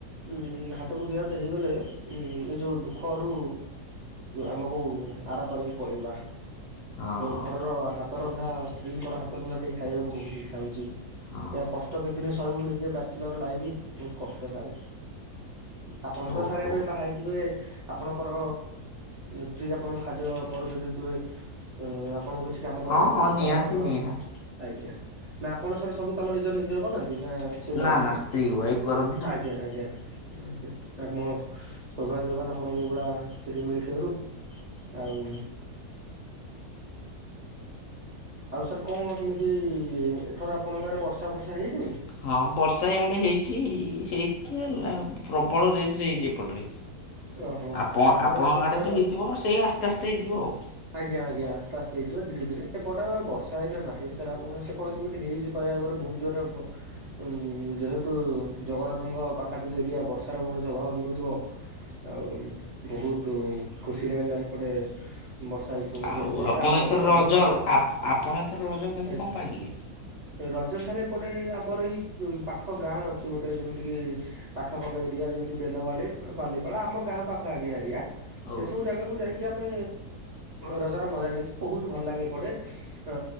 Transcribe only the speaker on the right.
ଉଁ ହାତକୁ ଦି ହାତ ହେଇଗଲେ ଉ ଏଇ ଯୋଉ ଦୁଃଖରୁ ଆମକୁ ଆର ପାରିକି ପଳେଇବା।
ଘରର ହାତ ରନ୍ଧା ସ୍ତ୍ରୀଙ୍କର ହାତ ରନ୍ଧା ଟିକେ ଖାଇବାକୁ ବହୁତ ଇଚ୍ଛା ହଉଛି।
ଏହା କଷ୍ଟ କେତେଦିନ ସିବୁ ନିଜେ ବ୍ୟାଚିଲର ଲାଇଫ୍, ବହୁତ କଷ୍ଟ ସାରେ। ଆପଣ ତ
ସାର୍ ଏବେ ବାହା ଥିବେ ଆପଣଙ୍କର ସ୍ତ୍ରୀ ଆପଣଙ୍କୁ ଖାଦ୍ୟ ପରଶି ଦେଉଥିବେ। ଉଁ ଆପଣଙ୍କୁ କିଛି କାମ କରିବାକୁ
ପଡୁନଥିବ
ଆପଣଙ୍କର,
ଆଜ୍ଞା ନା ଆପଣ ସାର ସବୁ କାମ ନିଜେ ନିଜେ ନିଜର କରନ୍ତି ନା ସିଏ କରନ୍ତି,
ଆଜ୍ଞା ଆଜ୍ଞା ଆଛ, ଆପଣ ଯବା ଯବାନ ଆପଣଙ୍କୁ ଏଇଭଳିଆ ସ୍ତ୍ରୀ ମିଳିଥିବାରୁ ଆଉ ଆଉ ସାର୍ କଣ କେମିତି ଏଥର ଆପଣଙ୍କ ଆଡ଼େ ବର୍ଷା ଫର୍ଷା ହେଇଛି?
ଓ
ଓହୋ
ଆମର
ଏପଟେ
ଆଜ୍ଞା ଆଜ୍ଞା ଆସ୍ତେ ଆସ୍ତେ ହେଇଥିବ ଧୀରେ ଧୀରେ, ଏପଟ ବର୍ଷା ଏଇନା ନାହିଁ, ସାର୍ ଆପଣ ସେପଟ କେମିତି ହେଇଚି କହିବାକୁ ଗଲେ ବହୁତ ଜୋରରେ ବ ଉଁ ଯେହେତୁ ଜଗନ୍ନାଥଙ୍କ ପାଖାପାଖି ଏରିଆ ବର୍ଷାର କୌଣସି ଅଭାବ ହେଉନଥିବ। ଆଉ ବହୁତୁ ଖୁସି ଲାଗିଲା ସେପଟେ ବର୍ଷା ହେଇିଛି ଶୁଣିକି
ଏତେ ଜୋରେ
ଆମର
ଏପଟେ
ବର୍ଷାର
ଆଜ୍ଞା
ରଜ ସାରେ ଏପଟେ ଆମର ଏଇ ପାଖ ଗାଁ ଅଛି ଗୋଟେ ଯେମିତି କିି ପାଖପାଖ ଏରିଆ ଯମତି ବେଲ ଭାଳି, ବାଲି ହେରା ଆମ ଗାଁ ପାଖ ଆଜ୍ଞା ଏରିଆ, ସେ
ସବୁ ଜାଗାକୁ ଯାଇକି କି ଆମେ ରଜର ମଜା ନେଇଛୁ ବହୁତ ଭଲ ଲାଗେ ଏପଟେ ଅ